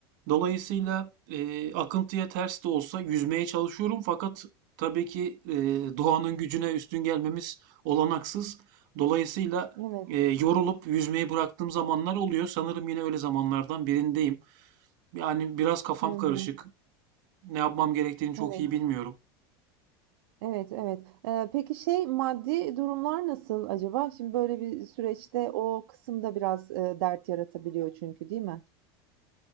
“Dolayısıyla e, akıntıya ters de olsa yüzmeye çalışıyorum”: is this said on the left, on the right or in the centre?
Right